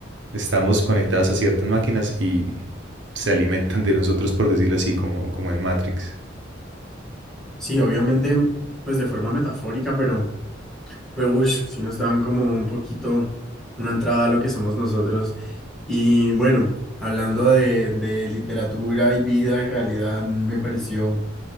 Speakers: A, on the right (about 70°); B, in the centre.
A: Estamos conectados a ciertas máquinas y se alimentan de nosotros, por decirlo así, como, como en Matrix.
B: Sí, obviamente, pues de forma metafórica, pero, pero ush, sí nos dan como un poquito una entrada a lo que somos nosotros. Y bueno, hablando de, de literatura y vida y realidad, me pareció